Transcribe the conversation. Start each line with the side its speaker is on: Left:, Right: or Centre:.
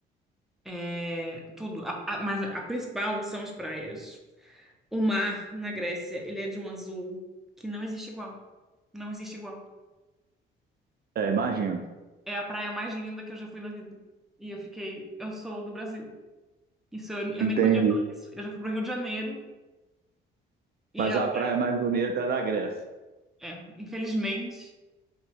Centre: é, tudo, a- a- mas a principal são as praias. O mar na Grécia, ele é de um azul que não existe igual. Não existe igual.
Right: É, imagino.
Centre: É a praia mais linda que eu já fui na vida. E eu fiquei, eu sou do Brasil. Isso eu, eu
Right: Entendi.
Centre: nem podia falar isso. Eu já fui pro Rio de Janeiro e
Right: Mas
Centre: a,
Right: a praia mais bonita é a da Grécia.
Centre: é, infelizmente.